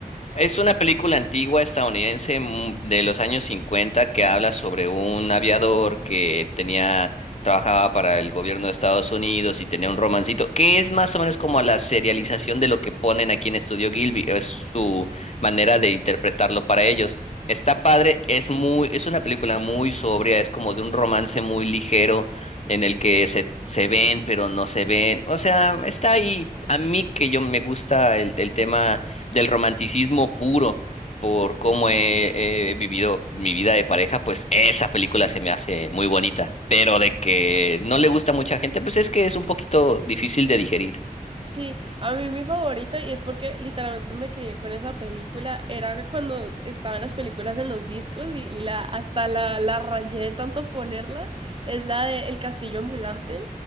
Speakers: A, on the left (about 50°); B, on the right (about 35°).
A: Es una película antigua estadounidense mm, de los años cincuenta que habla sobre un aviador que tenía, trabajaba para el gobierno de Estados Unidos y tenía un romancito, que es más o menos como la serialización de lo que ponen aquí en Estudio Gilby, es su manera de interpretarlo para ellos. Está padre, es muy, es una película muy sobria, es como de un romance muy ligero en el que se, se ven pero no se ven. O sea, está ahí. A mí que yo me gusta el, el tema del romanticismo puro por cómo he, he vivido mi vida de pareja, pues esa película se me hace muy bonita. Pero de que no le gusta a mucha gente, pues es que es un poquito difícil de digerir.
B: Sí, a mí mi favorito, y es porque literalmente me crié con esa película, era cuando estaban las películas en los discos y, y la, hasta la, la rayé de tanto ponerla, es la de El Castillo Ambulante.